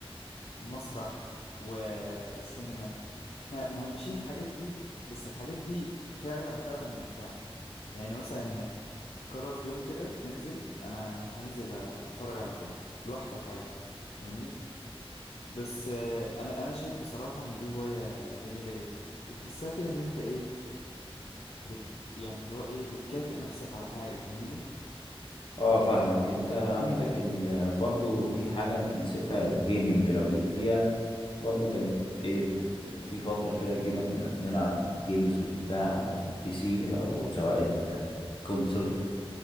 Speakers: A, on the left; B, on the left.
A: المسرح والسينما احنا مهمشين الحاجات دي بس الحاجات دي فعلا فعلا ممتعة يعني مثلا انك تقرر في يوم كده تنزل انا هنزل اتفرج على فيلم لوحدك عادي فاهمني بس آه، انا انا شايف بصراحة ان دي هواية جميلة جدا وتحسها كده ان انت ايه بت يعني اللي هو ايه بتكافئ نفسك على حاجة فاهمني
B: اه فاهمك انت عندك ال... برضو في حاجة انت نسيتها الجيمنج لو ليك فيها برضو كانت ايه بت... في فترة كده جينا كنا بنلعب جيمز وبتاع على البي سي او سواء الكونسول